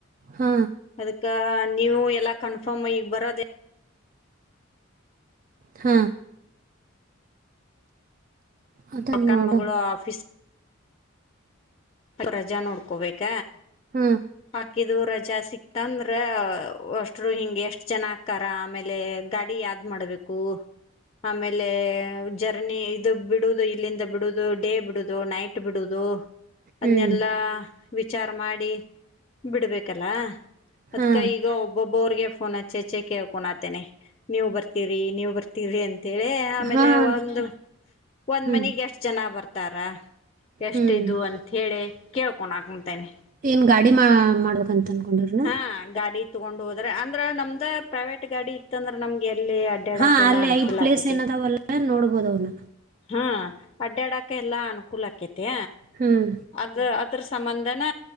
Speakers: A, on the right; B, on the left.
A: ಹ
B: ಅದಕ್ ನೀವು ಎಲ್ಲಾ ಕನ್ಫರ್ಮ್ ಈಗ ಬರೋದೆ
A: ಹ ಅದನ್ನ
B: ಪಕ್ಕನ್
A: ನೋಡು
B: ಮಗಳು ಆಫ್ ರಜಾ ನೋಡ್ಕೋಬೇಕ.
A: ಹ
B: ಆಕಿದು ರಜಾ ಸಿಕ್ತಂದ್ರ ಅಷ್ಟ್ರು ಹಿಂಗ್ ಎಷ್ಟ್ ಜನ ಆಕಾರ ಆಮೇಲೆ ಗಾಡಿ ಯಾ ಏನ್ ಮಾಡ್ಬೇಕು. ಆಮೇಲೆ ಜರ್ನಿ ಇದು ಬಿಡುದು ಇಲ್ಲಿಂದ ಬಿಡುದು ಡೇ ಬಿಡುದು ನೈಟ್ ಬಿಡುದು. ಅದನ್ನೆಲ್ಲಾ
A: ಹ್ಮ್
B: ವಿಚಾರ ಮಾಡಿ ಬಿಡ್ಬೇಕಲ್ಲ ಅದ್ಕ
A: ಹಾ
B: ಈಗ ಒಬ್ಬೊಬ್ಬರಿಗೆ ಫೋನ್ ಹಚ್ಚೆಚ್ಚೆ ಕೇಳ್ಕೊಂಣತಿನಿ ನೀವ್ ಬರ್ತಿರಿ ನೀವ್ ಬರ್ತಿರಿ ಅಂತ ಅಂತೇಳೆ ಆಮೇಲೆ
A: ಹಾ ಅಂತ
B: ಒಂದ ಒಂದ್
A: ಹ್ಮ್
B: ಮನಿಗ್ ಎಷ್ಟ್ ಜನ ಬರ್ತಾರ ಎಷ್ಟ
A: ಹ್ಮ್
B: ಇದು ಅಂತೇಳಿ ಕೇಳ್ಕೊಣ್ಣಕುಂತೇನಿ
A: ಏನ್ ಗಾಡಿ ಮಾ ಮಾಡ್ಬೇಕಂತ ಅಂನ್ಕೊಂಡ್ರೀನ್
B: ಹಾ ಗಾಡಿ ತಗೊಂಡ ಹೋದ್ರ ಅಂದ್ರ ನಮ್ದ ಪ್ರೈವೇಟ್ ಗಾಡಿ ಇತ್ತ ಅಂದ್ರ ನಮ್ಗ ಎಲ್ಲಿ ಅಡ್ಡಾಡಕ್
A: ಹಾ
B: ಎಲ್ಲಾ
A: ಅಲ್ಲಿ
B: ಅನುಕೂಲ
A: ಐದ್ ಪ್ಲೇಸ್
B: ಆಕೇತಿ
A: ಏನದಾವಲ್ಲ ನೋಡ್ಬೋದ ಅವ್ನ್
B: ಹಾ ಅಡ್ಡಡಾಕ ಎಲ್ಲಾ ಅನುಕೂಲ ಆಕೇತೆ
A: ಹ್ಮ್
B: ಅದ ಅದ್ರ ಸಂಬಂಧನ್